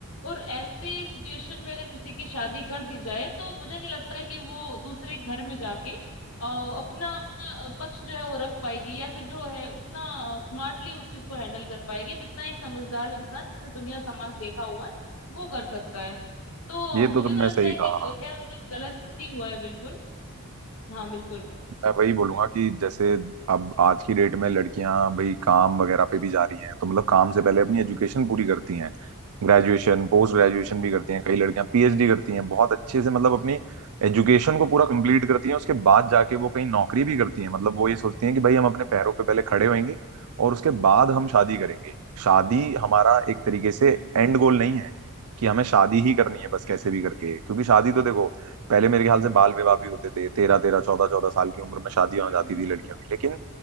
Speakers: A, on the left; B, on the right.
A: और ऐसे सिचुएशन में अगर किसी की शादी कर दी जाए तो मुझे नहीं लगता कि वो दूसरे घर में जाके अ, अपना अ, पक्ष जो है वो रख पाएगी या फिर जो है उतना स्मार्टली उस चीज को हैंडल कर पाएगी जितना एक समझदार इंसान जिसने दुनिया समाज देखा हुआ है वो कर सकता है तो
B: ये
A: मुझे
B: तो तुमने
A: तो लगता
B: सही
A: है कि
B: कहा
A: वो- खैर उससे गलत ही हुआ है बिल्कुल हाँ बिल्कुल
B: मैं वही बोलूंगा कि जैसे अब आज की डेट में लड़कियां भाई काम वगैरह पे भी जा रही हैं तो मतलब काम से पहले अपनी एजुकेशन पूरी करती हैं ग्रेजुएशन पोस्ट ग्रेजुएशन
A: हम्म
B: भी करती हैं कई लड़कियां पीएचडी करती हैं बहुत अच्छे से मतलब अपनी एजुकेशन को पूरा कंप्लीट करती हैं उसके बाद जाके वो कहीं नौकरी भी करती हैं मतलब वो ये सोचती हैं कि भाई हम अपने पैरों पे पहले खड़े होंगे और उसके बाद हम शादी करेंगे शादी हमारा एक तरीके से
A: हम्म
B: एंड गोल नहीं है कि हमें शादी ही करनी है बस
A: हम्म
B: कैसे
A: हम्म
B: भी करके क्योंकि शादी तो देखो पहले मेरे ख्याल से बाल विवाह भी होते थे तेरह तेरह चौदह चौदह साल की उम्र में शादियां हो जाती
A: हम्म, हम्म,
B: थी लड़कियों की लेकिन